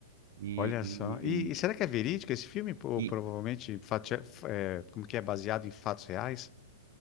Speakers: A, on the right; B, on the left.
A: E,
B: olha
A: e,
B: só. E, e será que é verídico esse filme? Ou
A: e
B: provavelmente fati- é, como que é baseado em fatos reais?